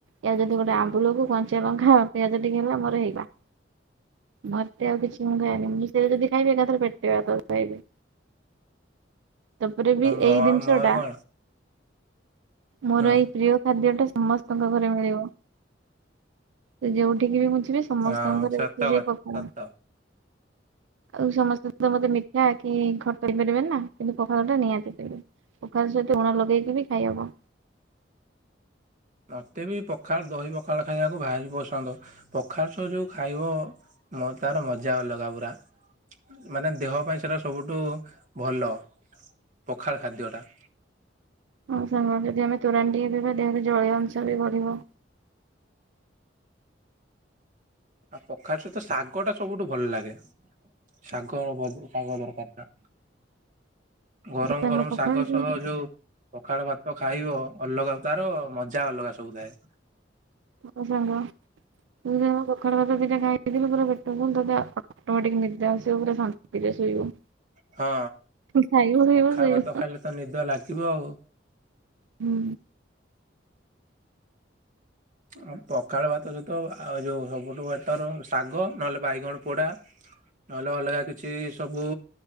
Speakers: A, on the right; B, on the right.
A: ଏ ଯଦି ଗୋଟେ ଆମ୍ବୁଲକୁ କଞ୍ଚା ଲଙ୍କା ପିଆଜ ଟିକେ ହେଲା ମୋର ହେଇଗଲା। ମତେ ଆଉ କିଛି ମୁଁ ଖାଏନି ମୁଁ ସେ ଯଦି ଖାଇବି ଏକାଥରେ ପେଟେ ଭାତ ଖାଇବି। ତାପରେ ବି
B: ମୋ
A: ଏଇ ଜିନିଷ
B: ମୋର
A: ଟା
B: କଣ
A: ମୋର
B: ହୁଁ
A: ଏଇ ପ୍ରିୟ ଖାଦ୍ୟଟା ସମସ୍ତଙ୍କ ଘରେ ମିଳିବ। ସେ ଯୋଉଠିକି ବି ମୁଁ ଯିବି ସମସ୍ତଙ୍କର
B: ହଁ ସତ
A: ଘରେ ଅଛି ସେଇ
B: କଥା
A: ପଖାଳ
B: ସତ
A: ଭାତ। ଆଉ ସମସ୍ତେ ତ ମତେ ମିଠା କି ଖଟା ଦେଇପାରିବେନି ନା କିନ୍ତୁ ପଖାଳ ଟା ନିହାତି ଦେବେ। ପଖାଳ ସହିତ ଲୁଣ ଲଗେଇକି ବି ଖାଇହବ।
B: ମୋତେ ବି ପଖାଳ ଦହି ପଖାଳ ଖାଇବାକୁ ଭାରି ପସନ୍ଦ ପଖାଳ ସହ ଯୋଉ ଖାଇବ ମ ତାର ମଜା ଅଲଗା ପୁରା। ମାନେ ଦେହ ପାଇଁ ସେଇଟା ସବୁଠୁ ଭଲ ପଖାଳ ଖାଦ୍ୟଟା।
A: ହଁ ସାଙ୍ଗ ଯଦି ଆମେ ତୁରାଣି ଟିକେ ପିଇବା ଦେହରେ ଜଳୀୟ ଅଂଶ ବି ବଢିବ।
B: ଆଉ ପଖାଳ ସହିତ ଶାଗ ଟା ସବୁଠୁ ଭଲ ଲାଗେ। ଶାଗ ଭ ଶାଗ ଦରକାର୍ ନା? ଗରମ
A: ସାଙ୍ଗ
B: ଗରମ
A: ପଖାଳ
B: ଶାଗ
A: ସହିତ
B: ସହ ଯୋଉ ପଖାଳ ଭାତ ଖାଇବ ଅଲଗା ତାର ମଜା ଅଲଗା ସବୁଥାଏ।
A: ହଁ ସାଙ୍ଗ ମୁଁ ଯୋଉ ପଖାଳ ଭାତ ଦିଟା ଖାଇଦେଇଥିଲି ପୁରା ପେଟ। <unintelligible> ଅଟୋ ମେଟିକ୍ ନିଦ ଆସିବ ପୁରା ଶାନ୍ତିରେ ଶୋଇବୁ
B: ହଁ
A: ଖାଇବୁ ପିଇବୁ
B: ପଖାଳ
A: ଶୋଇବୁ।
B: ଭାତ ଖାଇଲେ ତ ନିଦ ଲାଗିବ ଆଉ।
A: ହୁଁ।
B: ଆଉ ପଖାଳ ଭାତ ସହିତ ଆଉ ଯୋଉ ସବୁଠୁ ବେଟର ଶାଗ ନହେଲେ ବାଇଗଣ ପୋଡା ନହେଲେ ଅଲଗା କିଛି ସବୁ।